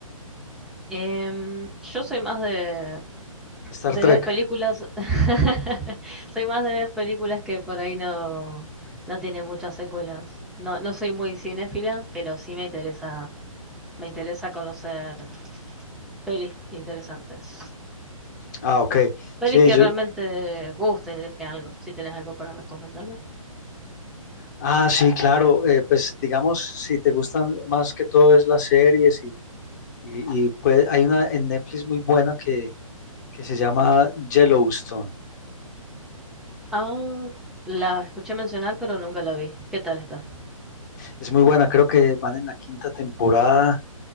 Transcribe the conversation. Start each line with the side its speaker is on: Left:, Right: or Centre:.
Centre: em, yo soy más de,
Left: Star
Centre: de
Left: Trek.
Centre: ver películas. <laughs> Soy más de ver películas que por ahí no, no tiene muchas secuelas. No, no soy muy cinéfila, pero sí me interesa, me interesa conocer pelis interesantes.
Left: Ah, ok.
Centre: Pelis
Left: Sí,
Centre: que
Left: yo,
Centre: realmente gusten, deje algo, si tenés algo para recomendarme.
Left: ah, sí, claro. eh, pues digamos, si te gustan más que todo es las series y, y, y, pues hay una en Netflix muy buena que, que se llama Yellowstone.
Centre: Ah, la escuché mencionar, pero nunca la vi. ¿Qué tal está?
Left: Es muy buena, creo que van en la quinta temporada